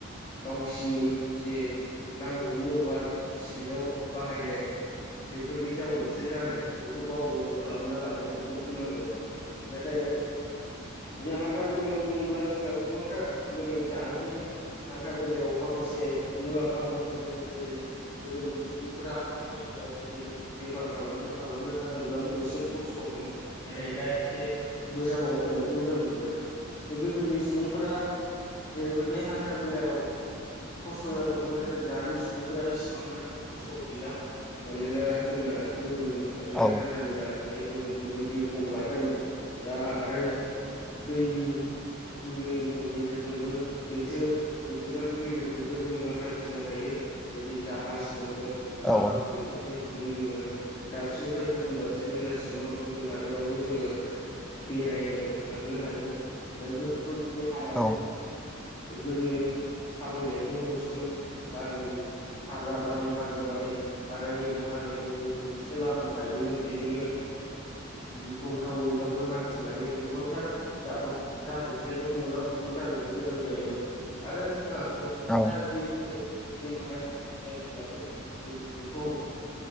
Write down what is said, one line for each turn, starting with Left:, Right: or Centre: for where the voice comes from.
Left: गावसिनि जे नांगौनि अभार स्पिडाव बाहायनाय बेफोरनि जाउनावसो जानाय बेखौ गाव गावनो खालामना लादों बेखौ बुंनांगोन नाथाय जे हान्था मेलायाव बुङोब्ला जोंहा गोबांथार नै दानि हान्था मेलायाव माखासे <unintelligible> मुलाम्फाफोर फैदों जेरै गोदोनि सुबुंफोरा हान्था मेलानि गेजेरजों बेफार फालांगि खालामनो थाखायब्लाबो एसे खस्थ'मोन नाथाय दा एसे मोजाङाव फैनो खौ जों नुदों बे गोदोनि सुबुंफोरा जेरैबायदि हान्था मेलायाव खस्थ' जादोंमोन नाथाय दानि सुबुंफोरा एसेबां मानि खस्थ' गैला। मानोना जोंना गोजौजों थांनाय
Centre: औ
Left: हान्था मेला जायखौ जों बुङो बिरखं गाथोन दा आरो दैनि बिलोनि गेजेरजोंबो लैथो लैथोमानि गेजेरजोंबो जोङो हान्थिनो हायो। जरै जाहाज दङ नाव
Centre: औ
Left: बेफोरबायदिजों जोङो दाबसेनिफ्राय गुबुन दाबसे से जायगासिम बा गुबुन हादोरावबो जोङो बेरायनो थांनो हायो। दा गोदोथ' बिदि हायामोन
Centre: औ
Left: गोदो थाबायनायजों ल'सोमोन गालनि हाग्राबारि हाग्राबारि हाग्रा गेजेर हाग्रा गेजेरजों एसे लामा थायोमोन। बिदिनो गिख्रंथावैबाबो हान्थिनानै गोबांथार जाब्रब जाब्रबथायजों मोगा मोगि जानोबो गोनां जायोमोन आरो जोंहा मोनसे खोथा
Centre: औ
Left: जे <unintelligible> बेमार आजारफोर जायोब्लाबो जों बेखौ